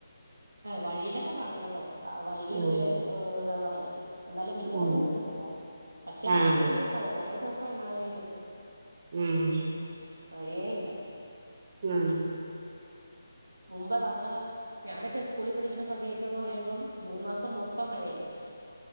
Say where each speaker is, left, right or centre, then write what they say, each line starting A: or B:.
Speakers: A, on the right; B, on the right.
A: വഴിയിലെ <inaudible> കാണം കേട്ടോ വഴിയൊക്കെ
B: ആഹ്
A: ഹ് വെള്ളമായിരിക്കും എന്നാലും മുറ്റത്തൊന്നും
B: ആഹ്
A: നിക്കത്തില്ല പക്ഷെ
B: ആഹ്
A: മഴ ഇല്ല ഇപ്പോ കുറേ ദിവസമായി മഴ പെയ്തിട്ട്
B: ഉം
A: മഴയേ ഇല്ല
B: ഉം
A: മുമ്പ നമ്മളെ. ഞാനൊക്കെ സ്കൂളിൽ പഠിക്കുന്ന സമയത്തെന്ന് പറയുമ്പോൾ ജൂൺ മാസം മൊത്തം മഴയായിരിക്കും.